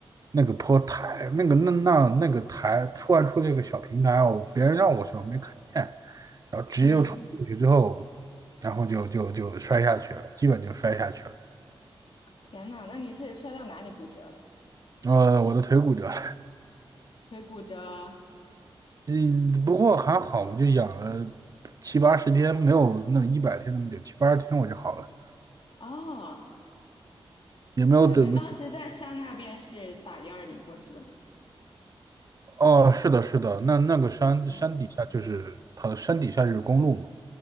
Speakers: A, on the right (about 40°); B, on the left (about 60°).
A: 那个坡台，那个那那那个台突然出了一个小平台，我别人让我去，我没看见，然后直接就冲过去之后，
B: 嗯，
A: 然后就就就摔下去了，基本就摔下去了。
B: 天呐，那你是摔到哪里骨折了？
A: 呃，我的腿骨折了，
B: 腿骨折。
A: 嗯，不过还好，我就养了七八十天，没有那一百天那么久，七八十天我就好了，
B: 哦，
A: 也没有等。
B: 那你们当时在山那边是打幺二零过去的吗？
A: 哦，是的，是的，那那个山山底下就是它的山底下就是公路嘛。
B: 嗯，